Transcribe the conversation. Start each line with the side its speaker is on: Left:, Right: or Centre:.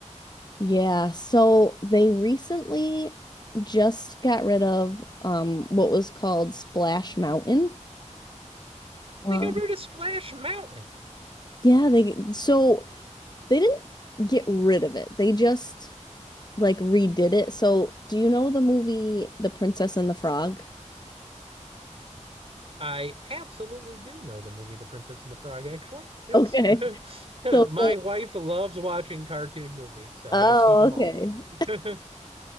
Left: Yeah, so they recently just got rid of um what was called Splash Mountain. Wow.
Right: I think I rode a Splash Mountain.
Left: Yeah, they so they didn't get rid of it. They just like redid it. So, do you know the movie The Princess and the Frog?
Right: I absolutely do know the movie The Princess and the Frog, actually. Yes.
Left: Okay.
Right: <laughs> My
Left: So they,
Right: wife loves watching cartoon movies, so
Left: oh,
Right: I've seen them
Left: okay.
Right: all. <laughs>